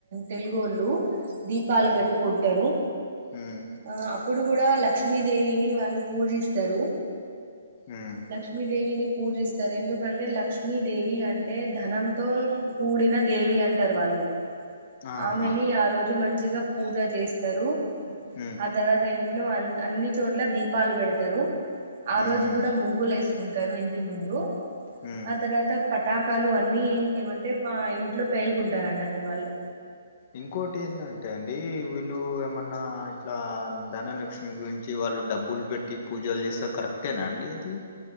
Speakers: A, on the right (about 50°); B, on the left (about 40°).
A: తెలుగుళ్ళు దీపాలు
B: ఉమ్
A: పెట్టుకుంటారు
B: ఉమ్
A: ఆ ఇప్పుడు కూడా లక్ష్మీదేవిని వాళ్ళు పూజిస్తారు
B: ఉమ్
A: లక్ష్మీదేవిని పూజిస్తారు ఎందుకంటే లక్ష్మీదేవి అంటే ధనంతో కూడిన దేవి అంటారు వాళ్ళు
B: ఆహా
A: ఆమెని ఆ రోజు మంచిగా పూజ చేస్తారు
B: ఉమ్
A: ఆ తర్వాత ఇ ఇ అన్ని చోట్ల దీపాలు పెడతారు ఆ
B: ఉమ్
A: రోజు కూడా ముగ్గులు వ ంటారు ఇంటి ముందు
B: ఉమ్
A: ఆ తర్వాత పటాకాలు అన్నీ ఏమంటే మా ఇంట్లో పేలుకుంటారు అన్నట్టు వాళ్ళు
B: ఇంకోటి ఏంటంటే అండి వీళ్ళు ఏమన్నా ఇట్లా ధనలక్ష్మి గురించి వాళ్ళు డబ్బులు పెట్టి పూజలు చేస్తే కరెక్టేనా అండి అది